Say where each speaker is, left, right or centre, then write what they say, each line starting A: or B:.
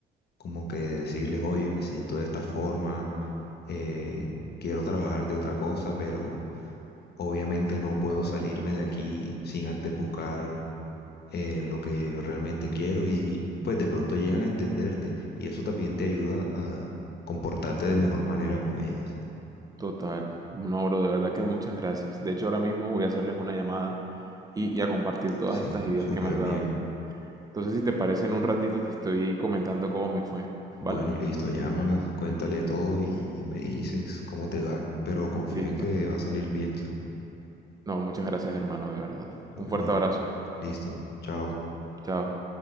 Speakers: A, on the left; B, on the right.
A: Como que decirles, oye, me siento de esta forma, eh, quiero trabajar de otra cosa, pero obviamente no puedo salirme de aquí sin antes buscar eh, lo que yo realmente quiero y pues de pronto llegan a entenderte y eso también te ayuda a comportarte de mejor manera con ellas.
B: Total. No, bro, de verdad que muchas gracias. De hecho, ahora mismo voy a hacerles una llamada y, y a compartir todas
A: Sí,
B: estas ideas
A: súper
B: que me has
A: bien.
B: dado. Entonces, si te parece, en un ratito te estoy comentando cómo me fue,
A: Bueno,
B: ¿vale?
A: listo, llámalas, cuéntale todo y, y me dices cómo te va, pero confío
B: Listo.
A: en que va a salir bien, ¿sabes?
B: No, muchas gracias, hermano, de verdad.
A: Bueno,
B: Un fuerte abrazo.
A: listo, chao.
B: Chao.